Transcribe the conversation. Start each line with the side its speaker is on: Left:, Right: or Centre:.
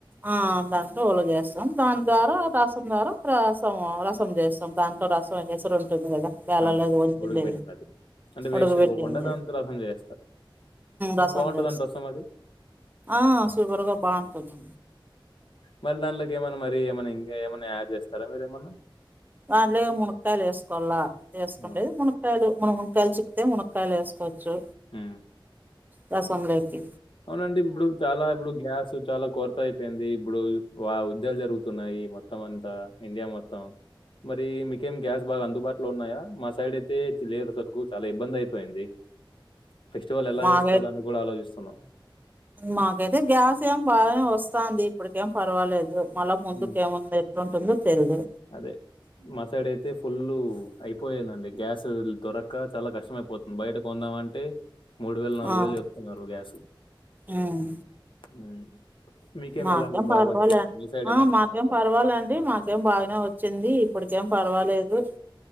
Right: ఆ దాంతో ల చేస్తాం దాని
Left: ఆ
Right: ద్వారా రసం ద్వారా రసం చేస్తాం దాంట్లో రసంచేశాం ఉుంది కదా వేళ
Left: ఆ!
Right: లేదు వంచిండే
Left: ఉడకబెట్టినది అంటే
Right: ఉడుక
Left: వేస్ట్ అయిపోకుండా
Right: పెట్టింది
Left: దాంతో రసం చేస్తారు అవును
Right: రసం
Left: బాగుంటదంట
Right: చేస్త
Left: రసం అది
Right: ఆ సూపర్గా బాగుంటుంది
Left: మరి దాంట్లోకి ఏమైన్నా మరి ఏమైనా ఇంకా ఏమైన్నా యాడ్ చేస్తారా మీరూ ఏమన్నా
Right: వాంలే మునక్కయలు వేసుకోవాల వేసుకుండేది
Left: హ్మ్
Right: మునక్కయలు మున మునకాయ చిక్తే మునకాయ వేసుకోవచ్చు
Left: మ్
Right: దసంలోయికి
Left: అవునండి ఇప్పుడు చాలా ఇప్పుడు గ్యాస్ చాలా కొరత అయిపోయింది ఇప్పుడు వా విదలు జరుగుతున్నాయి మొత్తం అంత ఇండియా మొత్తం మరి మీకేం గ్యాస్ బాగా అందుబాటులో ఉన్నాయా మా సైడ్ అయితే లేదు అసలుకు చాలా ఇబ్బంది అయిపోయింది ఫెస్టివల్ ఎలా
Right: మాకైతే
Left: చేస్తారని కూడా ఆలోచిస్తారు హలో
Right: మాకైతే గ్యాస్ ఏం బాగానే వస్తాంది ఇప్పుటికేం పర్వాలేదు మళ్ళా ముందుకేముంది
Left: హ్మ్
Right: ఎట్లుంటుందో తెలీదు
Left: అదే మా సైడ్ అయితే ఫుల్లు అయిపోయేందండి గ్యాస్ దొరక్క చాలా కష్టమైపోతుంది. బయట కొందామంటే మూడు వేలు నాలుగు
Right: ఆ
Left: వేలు చెప్తున్నారు గ్యాసు
Right: ఉమ్
Left: హ్మ్ మీకేం
Right: మాకేం
Left: వెళ్ళండి బాగా
Right: పర్వాలే
Left: వచ్చింది. మీ
Right: ఆ
Left: మంచిగా
Right: మాకేం
Left: ఉన్నట్టుంది.
Right: పర్వాలండి మాకేం బాగానే వచ్చింది ఇప్పుడికేం పర్వాలేదు.